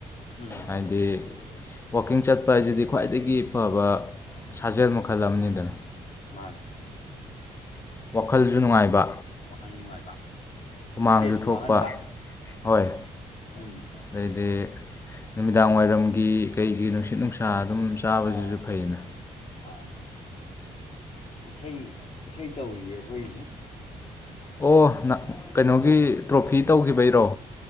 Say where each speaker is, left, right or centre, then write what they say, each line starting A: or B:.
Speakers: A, on the left; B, on the left.
A: ꯎꯝ
B: ꯍꯥꯏꯗꯤ ꯋꯥꯀꯤꯡ ꯆꯠꯄ ꯍꯥꯏꯖꯤꯗꯤ ꯈ꯭ꯋꯥꯏꯗꯒꯤ ꯐꯕ ꯁꯥꯖꯦꯜ ꯃꯈꯜ ꯑꯃꯅꯤꯗꯅ
A: ꯃꯥꯥꯅꯦ
B: ꯋꯥꯈꯜꯖꯨ ꯅꯨꯡꯉꯥꯏꯕ
A: ꯋꯥꯈꯜꯁꯨ ꯅꯨꯡꯉꯥꯏꯕ
B: ꯍꯨꯃꯥꯡꯖꯨ
A: ꯏꯁꯇ꯭ꯔꯦꯁꯁꯨ
B: ꯊꯣꯛꯄ
A: ꯃꯥꯡꯍꯟꯕ
B: ꯍꯣꯏ
A: ꯎꯝ
B: ꯗꯩꯗꯤ ꯅꯨꯃꯤꯗꯥꯡ ꯋꯥꯏꯔꯝꯒꯤ ꯀꯩꯒꯤ ꯅꯨꯡꯁꯤꯠ ꯅꯨꯡꯁꯥ ꯑꯗꯨꯝ ꯆꯥꯕꯖꯤꯖꯨ
A: ꯑꯥꯎ
B: ꯐꯩꯗꯅ
A: ꯑꯥꯎ ꯏꯁꯩ ꯏꯁꯩ ꯇꯧꯔꯤꯌꯦ ꯑꯩꯈꯣꯏꯖꯤ
B: ꯑꯣ ꯅ ꯀꯩꯅꯣꯒꯤ ꯇ꯭ꯔꯣꯐꯤ ꯇꯧꯒꯤꯕꯩꯔꯣ